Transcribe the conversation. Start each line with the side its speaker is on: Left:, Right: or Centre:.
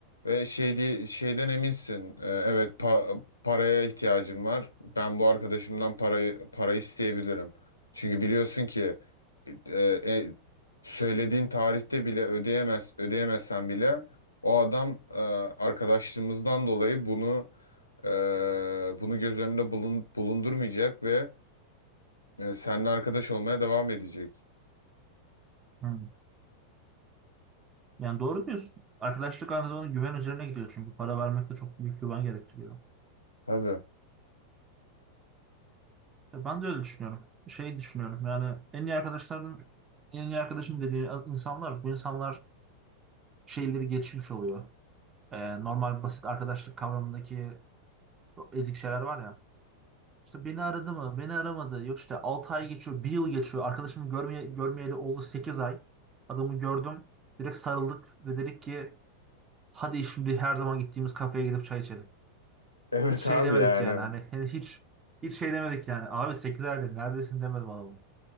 Left: ve şeydi şeyden eminsin. Ee, evet pa- paraya ihtiyacım var. Ben bu arkadaşımdan parayı para isteyebilirim. Çünkü biliyorsun ki e, e, söylediğin tarihte bile ödeyemez ödeyemezsen bile o adam e, arkadaşlığımızdan dolayı bunu e, bunu göz önünde bulun- bulundurmayacak ve e, seninle arkadaş olmaya devam edecek.
Right: Hı. Yani doğru diyorsun. Arkadaşlık aynı zamanda güven üzerine gidiyor çünkü para vermek de çok büyük güven gerektiriyor.
Left: Tabii.
Right: E, Ben de öyle düşünüyorum. Şey düşünüyorum yani en iyi arkadaşların en iyi arkadaşım dediği insanlar bu insanlar şeyleri geçmiş oluyor. Ee, normal basit arkadaşlık kavramındaki o ezik şeyler var ya. İşte beni aradı mı? Beni aramadı. Yok işte 6 ay geçiyor, bir yıl geçiyor. Arkadaşımı görmeye, görmeyeli oldu 8 ay. Adamı gördüm. Direkt sarıldık ve dedik ki hadi şimdi her zaman gittiğimiz kafeye gidip çay içelim.
Left: Evet
Right: Hiç şey
Left: abi
Right: demedik
Left: yani.
Right: yani hani hani hiç hiç şey demedik yani. Abi 8 aydır neredesin demedim adamım.